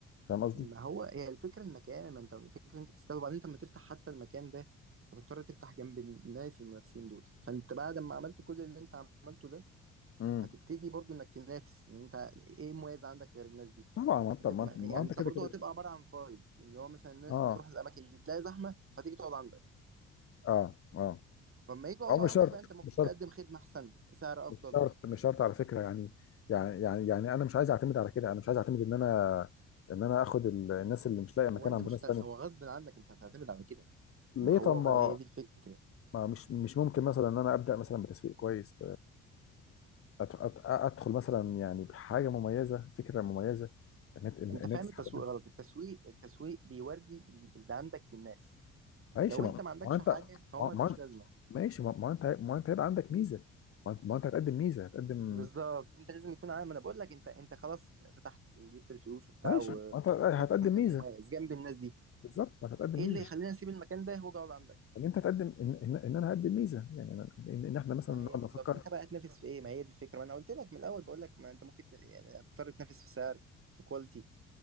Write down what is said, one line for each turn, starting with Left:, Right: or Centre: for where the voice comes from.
Left: فاهم قصدي؟
Right: ما هو هي الفكرة المكان ما انت الفكرة انت تستوعب وبعدين انت لما تفتح حتى المكان ده هتضطر تفتح جنب الناس المنافسين دول فانت بعد ما عملت كل اللي انت عملته ده
Left: مم.
Right: هتبتدي برضو انك تنافس ان انت ايه مميز عندك غير الناس دي
Left: طبعا ما انت
Right: هتبقى
Left: ما انت ما
Right: يعني
Left: انت
Right: انت
Left: كده
Right: برضو
Left: كده
Right: هتبقى عبارة عن فايد اللي هو مثلا الناس
Left: اه
Right: بتروح الاماكن دي تلاقي زحمة فتيجي تقعد عندك
Left: اه اه
Right: فلما يجي يقعدوا
Left: او
Right: عندك
Left: مش شرط
Right: بقى انت المفروض
Left: مش شرط
Right: تقدم خدمة احسن سعر
Left: مش
Right: افضل
Left: شرط مش شرط على فكره يعني يعني يعني يعني انا مش عايز اعتمد على كده انا مش عايز اعتمد ان انا ان انا اخد ال- الناس اللي مش لاقيه
Right: هو
Left: مكان
Right: انت
Left: عند
Right: مش
Left: ناس تانيه
Right: هو غصب عنك انت هتعتمد على كده
Left: ليه
Right: ما هو
Left: طب ما
Right: هي دي الفكرة
Left: ما مش مش ممكن مثلا ان انا ابدا مثلا بتسويق كويس أت- أت- ادخل مثلا يعني بحاجه مميزه فكره مميزه ان انت ان
Right: انت
Left: إن
Right: فاهم
Left: انت تسحب
Right: التسويق
Left: الناس
Right: غلط التسويق التسويق بيوري اللي عندك للناس
Left: ماشي
Right: لو
Left: ما
Right: انت ما عندكش
Left: ما انت
Right: حاجه فهو
Left: ما
Right: ملوش
Left: ما-
Right: لازمه
Left: ماشي ما ما انت ما انت هيبقى عندك ميزه ما انت ما أنت هتقدم ميزه هتقدم
Right: بالظبط انت لازم يكون عامل ما انا بقول لك انت انت خلاص فتحت وجبت الفلوس وبتاع
Left: ماشي
Right: وفتحت
Left: انت هتقدم
Right: في مكان
Left: ميزه
Right: مميز جنب الناس دي
Left: بالظبط ما هتقدم
Right: ايه
Left: ميزه
Right: اللي يخليني اسيب المكان ده هو جوده عندك
Left: ان انت هتقدم ان, إن, إن انا هقدم ميزه يعني ان, إن إن احنا مثلا
Right: ما
Left: نقعد
Right: هي بالظبط
Left: نفكر
Right: انت بقى تنافس في ايه ما هي دي الفكره ما انا قلت لك من الاول بقول لك ما انت ممكن ت... يعني هتضطر تنافس في سعر في كواليتي